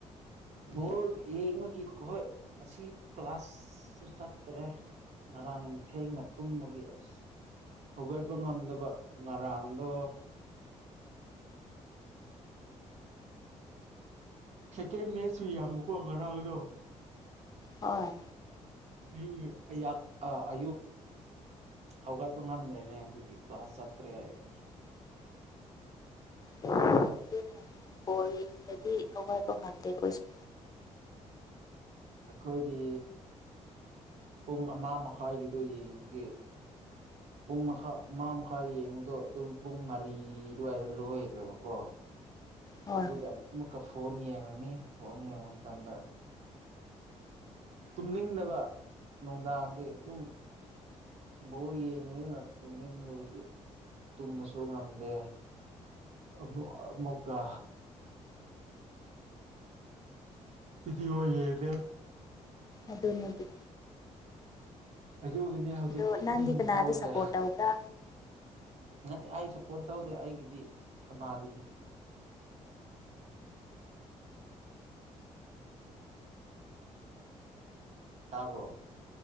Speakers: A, on the right; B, on the left.
A: ꯕꯣꯜ ꯌꯦꯡꯕꯒꯤ ꯍꯣꯏ ꯉꯁꯤ ꯀ꯭ꯂꯥꯁꯁꯨ ꯆꯠꯇ꯭ꯔꯦ ꯉꯔꯥꯡ ꯊꯦꯡꯅ ꯇꯨꯝꯕꯒꯤ ꯑꯁ ꯍꯧꯒꯠꯄ ꯉꯝꯗꯕ ꯉꯔꯥꯡꯗꯣ ꯁꯦꯀꯦꯟ ꯃꯦꯠꯆꯁꯨ ꯌꯥꯝꯕꯀꫭ ꯉꯔꯥꯡꯗꯣ꯫
B: ꯍꯣꯏ꯫
A: <unintelligible> ꯑꯌꯥꯛ ꯑꯥ ꯑꯌꯨꯛ ꯍꯧꯒꯠꯄ ꯉꯝꯗ꯭ꯔꯦꯅꯦ ꯑꯗꯨꯒꯤ ꯀ꯭ꯂꯥꯁ ꯆꯠꯇ꯭ꯔꯦ ꯑꯩ
B: ꯑꯗꯨꯅꯦ ꯕꫭꯜ ꯌꯦꯡꯕꯗꯤ ꯍꯧꯒꯠꯄ ꯉꯝꯗꯦ ꯑꯩꯈꯣꯏꯁꯨ
A: ꯑꯩꯈꯣꯏꯗꯤ ꯄꯨꯡ ꯑꯃ ꯃꯈꯥꯏꯒꯤꯗꯣ ꯌꯦꯡꯈꯤꯒꯦ <unintelligible> ꯄꯨꯡ ꯑꯃꯥ ꯃꯈꯥꯢ ꯌꯦꯡꯕꯗꯣ ꯑꯗꯨꯝ ꯄꯨꯡ ꯃꯔꯤ ꯑꯗꯨꯋꯥꯏꯗ ꯂꯣꯏꯈ꯭ꯔꯦꯕꯀꯣ
B: ꯍꯣꯏ
A: ꯗꯨꯒ ꯃꯨꯀ ꯐꯣꯟ ꯌꯦꯡꯉꯅꯤ ꯐꯣꯟ ꯌꯦꯡꯕ ꯃꯇꯝꯗ ꯇꯨꯝꯅꯤꯡꯗꯕ ꯅꯨꯡꯗꯥꯡꯗꯤ ꯑꯗꯨꯝ ꯕꯣꯜ ꯌꯦꯡꯕꯅꯤꯅ ꯇꯨꯝ-inaudibleꯇꯨꯝꯕꯁꯨ ꯉꯝꯗꯦ ꯑꯃꯨꯛ ꯑꯃꯨꯛꯀ ꯚꯤꯗꯤꯌꯣ- inaudible
B: ꯑꯗꯨ ꯅꯗꯤ
A: ꯑꯗꯨꯒꯤꯅꯦ ꯍꯧꯖꯤꯛ
B: ꯑꯗꯣ
A: ꯇꯨꯝꯅꯤꯡꯕ
B: ꯅꯪꯗꯤ ꯀꯅꯥꯗ
A: ꯐꯥꯎꯔꯤꯁꯦ
B: ꯁꯞꯄꯣꯔꯠ ꯇꯧꯕ꯭ꯔꯥ
A: ꯅꯠꯇꯦ ꯑꯩ ꯁꯞꯄꯔ꯭ꯣꯠ ꯇꯧꯗꯦ ꯑꯩꯒꯤꯗꯤ ꯑꯃꯗꯨꯅꯤ ꯇꯥꯕꯔꯣ